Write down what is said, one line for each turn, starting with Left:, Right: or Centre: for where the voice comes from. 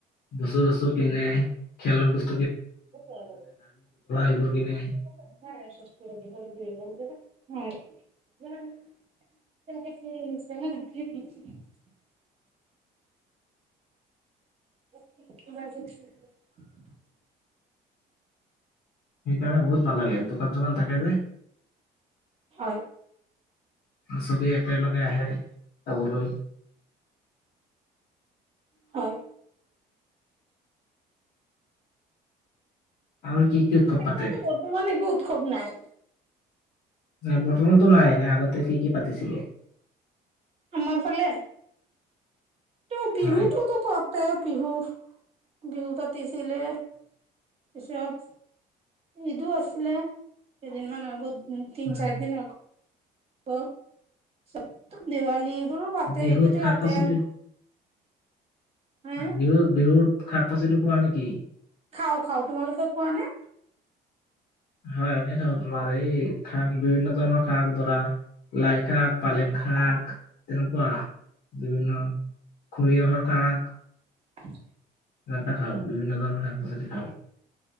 Left: বস্তু চস্তু কিনে। খেলাৰ বস্
Right: <unintelligible>
Left: এইবোৰ কিনে
Right: <unintelligible> <unintelligible> <unintelligible>
Left: সেইকাৰণে বহুত ভাল লাগে, দোকান চোকান থাকে যে।
Right: হয়।
Left: চবে একেলগে আহে, চাবলৈ।
Right: হয়।
Left: আৰু কি? কি উৎসৱ পাতে
Right: এতিয়াতো বৰ্তমান একো উৎসৱ নাই।
Left: ন' বৰ্তমানতো নাই, নাই আগতে কি কি পাতিছিলে?
Right: আমাৰ ফালে? টো বিহুতটোতো
Left: হয়
Right: পাতে বিহু বিহু পাতিছিলে। পিছত ঈদো আছিলে কেইদিনমান আগত উম, তিন
Left: হয়।
Right: চাৰ দিন আগ প চব দেৱালী এইবোৰো পাতে
Left: বিহুত
Right: এইকেইটা
Left: শাক
Right: পাতে
Left: পাচলি
Right: আৰু। হে
Left: বিহুত বিহুত শাক পাচলি পোৱা নেকি?
Right: খাওঁ, খাওঁ তোমালোকে খোৱা নে?
Left: হয় আমি খাওঁ তোমাৰ এই শাক বিভিন্ন ধৰণৰ শাক ধৰা লাই শাক পালেং শাক তেনেকুৱা বিভিন্ন সৰিয়হৰ শাক
Right: <inaudible>
Left: তেনেটা <unintelligible> খাওঁ বিভিন্ন ধৰণৰ শাক-পাচলি খাওঁ।